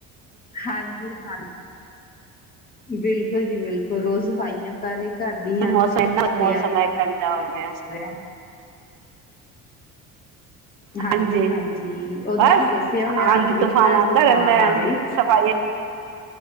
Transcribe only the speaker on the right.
ਮੌਸਮ ਇਨਾ
ਮੌਸਮ
ਹੈ
ਗੰਦਾ ਹੋ ਗਿਆ
ਹਾਂਜੀ
ਬਸ
ਆਂਦੀ
ਤੂਫਾਨ
ਆਂਦਾ
ਰਹਿੰਦਾ ਹੈ
ਸਫਾਈ